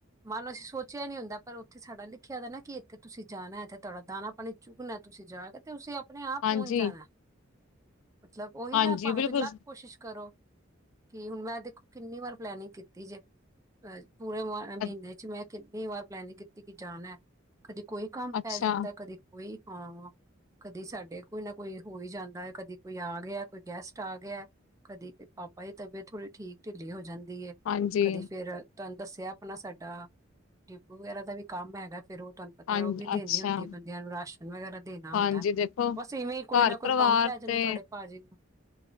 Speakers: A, on the right; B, on the left.
A: ਮੰਨ ਲਓ ਅਸੀਂ ਸੋਚਿਆ ਨੀ ਹੁੰਦਾ ਪਰ ਉੱਥੇ ਸਾਡਾ ਲਿਖਿਆ ਦਾ ਨਾ ਕਿ ਇੱਥੇ ਤੁਸੀਂ ਜਾਣਾ ਇੱਥੇ ਤੁਹਾਡਾ ਦਾਣਾ ਪਾਣੀ ਚੁੱਗਣਾ ਤੁਸੀਂ ਜਾ ਕੇ ਤੇਸੀਂ ਆਪ ਆਪਣੇ ਆਪ
B: ਹਾਂਜੀ
A: ਪਹੁੰਚ ਜਾਣਾ ਮਤਲਬ ਉਹੀ
B: ਹਾਂਜੀ
A: ਨਾ ਭਾਵੇਂ
B: ਬਿਲਕੁਲ
A: ਤੁਸੀਂ ਲੱਖ ਕੋਸ਼ਿਸ਼ ਕਰੋ ਕਿ ਹੁਣ ਮੈਂ ਦੇਖੋ ਕਿੰਨੀ ਵਾਰ ਪਲੈਨਿੰਗ ਕੀਤੀ ਜੇ ਪੂਰੇ ਮ ਮਹੀਨੇ
B: ਅ
A: ਚ ਮੈਂ ਕਿੰਨੀ ਵਾਰ ਪਲੈਨਿੰਗ ਕੀਤੀ ਕਿ ਜਾਣ ਹੈ ਕਦੇ ਕੋਈ ਕੰਮ
B: ਅੱਛਾ
A: ਪੈ ਜਾਂਦਾ ਕਦੇ ਕੋਈ ਹਾਂ ਕਦੇ ਸਾਡੇ ਕੋਈ ਨਾ ਕੋਈ ਹੋਈ ਜਾਂਦਾ ਹੈ ਕਦੀ ਕੋਈ ਆ ਗਿਆ ਕੋਈ ਗੈਸਟ ਆ ਗਿਆ ਕਦੀ ਕੋਈ ਪਾਪਾ ਦੀ ਤਬੀਅਤ ਥੋੜੀ ਠੀਕ ਢਿੱਲੀ ਹੋ ਜਾਂਦੀ
B: ਹਾਂਜੀ
A: ਕਦੀ ਫੇਰ ਤੁਹਾਨੂੰ ਦੱਸਿਆ ਆਪਣਾ ਸਾਡਾ ਟਿਪੂ ਵਗੈਰਾ ਦਾ ਵੀ ਕੰਮ ਹੈਗਾ ਫੇਰ ਉਹ ਤੁਹਾਨੂੰ ਪਤਾ
B: ਹਾਂ
A: ਉਹ ਵੀ
B: ਅੱਛਾ
A: ਦੇਣੀ ਹੁੰਦੀ ਹੈ ਬੰਦਿਆਂ ਨੂੰ ਰਾਸ਼ਨ ਵਗੈਰਾ ਦੇਣਾ
B: ਹਾਂਜੀ
A: ਹੁੰਦਾ
B: ਦੇਖੋ
A: ਬਸ ਇਵੇਂ ਹੀ ਕੋਈ
B: ਘਰ
A: ਨਾ
B: ਪਰਿਵਾਰ
A: ਕੋਈ ਕੰਮ ਪੈ ਜਾਂਦਾ
B: ਤੇ
A: ਤੁਹਾਡੇ ਪਾਜੀ ਨੂੰ